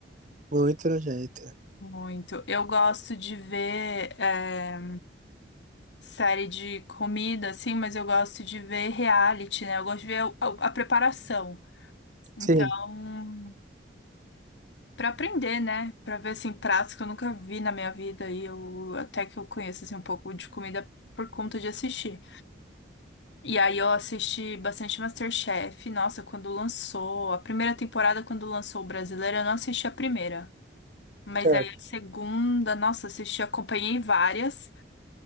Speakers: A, on the right; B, on the left.
A: Muito nojenta.
B: Muito. Eu gosto de ver é, série de comida, assim, mas eu gosto de ver reality, né? Eu gosto de ver a- a preparação. Então,
A: Sim,
B: para aprender, né? Para ver assim pratos que eu nunca vi na minha vida e eu até que eu conheço assim um pouco de comida por conta de assistir. E aí eu assisti bastante MasterChef. Nossa, quando lançou a primeira temporada, quando lançou o brasileiro, eu não assisti a primeira. Mas
A: certo.
B: aí a segunda, nossa, assisti, acompanhei várias.